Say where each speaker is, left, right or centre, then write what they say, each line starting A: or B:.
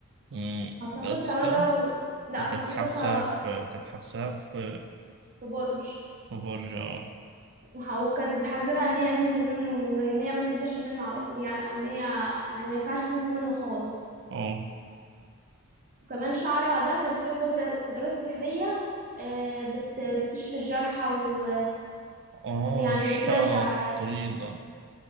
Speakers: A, on the right; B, on the right.
A: أمم
B: خطفتها
A: بس كده
B: بقى و... لا
A: وكانت
B: خطفتها
A: حابسة في وكانت حابسة في
B: في برج
A: في برج اه
B: وح- وكانت بتحذرها ان هي تنزل منه ان هي ما تنزلش منه على طول يعني او ان هي يعني ما ينفعش تنزل منه خالص
A: اه
B: وكمان شعرها ده كان فيه قدرة قدرات سحرية آه، بت... بتشفي الجرحى و...
A: آه،
B: ويعني
A: الشعر
B: بترجع
A: الطويلة